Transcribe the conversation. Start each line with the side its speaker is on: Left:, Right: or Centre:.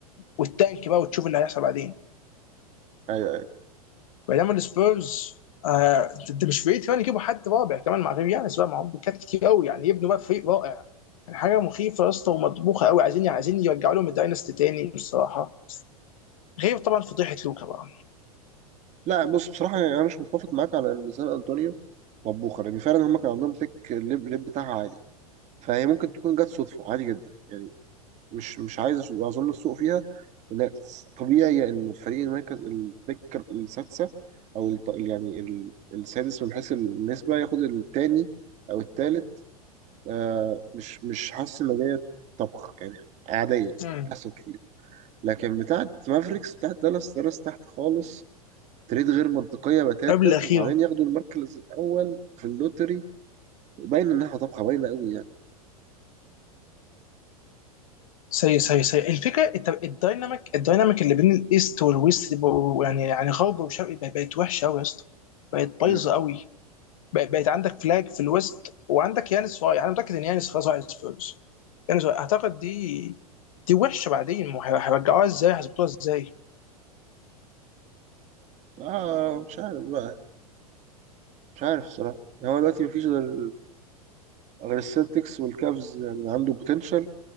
Left: والتانك بقى وتشوف اللي هيحصل بعدين
Right: ايوه ايوه
Left: بينما السبيرز آه انت انت مش بعيد كمان يجيبوا حد رابع كمان مع غير يانس بقى معاهم بيكات كتير قوي يعني يبنوا بقى فريق رائع يعني حاجه مخيفه يا اسطى ومطبوخه قوي عايزين عايزين يرجعوا لهم الدايناستي تاني الصراحه غير طبعا فضيحه لوكا بقى
Right: لا بص بصراحة يعني انا مش متفق معاك على ان سان انطونيو مطبوخة لان فعلا هم كان عندهم بيك الليب, الليب بتاعها عالي فهي ممكن تكون جت صدفة عادي جدا يعني مش مش عايز اظن السوق فيها لأن طبيعي ان فريق المركز البيك السادسه او الت- يعني ال- السادس من حيث النسبه ياخد التاني او التالت آه مش مش حاسس ان ديت طبخ يعني عاديه
Left: مم.
Right: حصل كتير لكن بتاعت مافريكس بتاعت دالاس دالاس تحت خالص تريد غير منطقيه بتاتا
Left: قبل الاخيره
Right: وبعدين ياخدوا المركز الاول في اللوتري باين انها طبخه باينه قوي يعني
Left: سيء سيء سيء الفكره انت الدايناميك الدايناميك اللي بين الايست والويست دي بقوا- يعني يعني غرب وشرق بقت بقت وحشه قوي يا اسطى بقت بايظه
Right: مم.
Left: قوي بقت, بقت عندك فلاج في الويست وعندك يانس رايح انا متاكد ان يانس خلاص رايح السبيرز يانس رايح. اعتقد دي دي وحشه بعدين ما هي- هيرجعوها ازاي هيظبطوها ازاي
Right: اه مش عارف بقى مش عارف الصراحه هو دلوقتي مفيش غير غير السلتكس والكافز يعني عنده بوتنشال